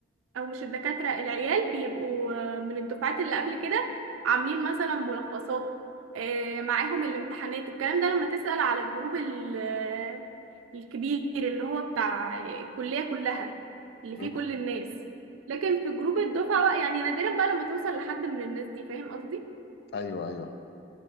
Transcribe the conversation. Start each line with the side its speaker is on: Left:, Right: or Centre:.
Right: أو مش الدكاترة العيال بيبقوا آه، من الدفعات اللي قبل كده عاملين مثلا ملخصات آه، معاهم الامتحانات الكلام ده لما تسأل على الجروب ال- آه، الكبير اللي هو بتاع الكلية كلها اللي فيه
Left: مم.
Right: كل الناس لكن في جروب الدفعة بقى يعني نادرا بقى لما توصل لحد من الناس دي فاهم قصدي
Left: ايوه ايوه